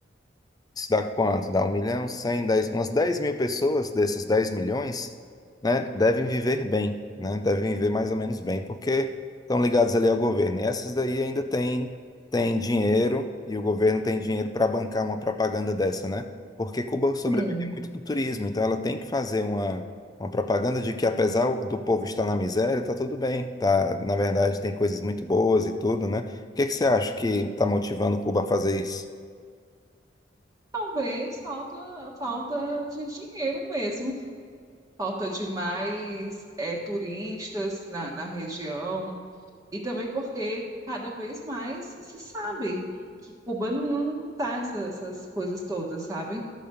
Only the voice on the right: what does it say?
sim.
Talvez falta, falta de dinheiro mesmo. falta de mais eh, turistas na, na região e também porque cada vez mais se sabe que Cuba não, não tá essas, essas coisas todas, sabe?